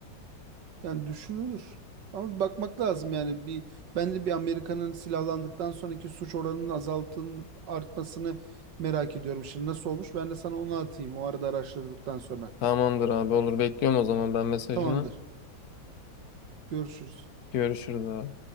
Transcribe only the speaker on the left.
Tamamdır abi olur bekliyorum o zaman ben mesajını.
Görüşürüz abi.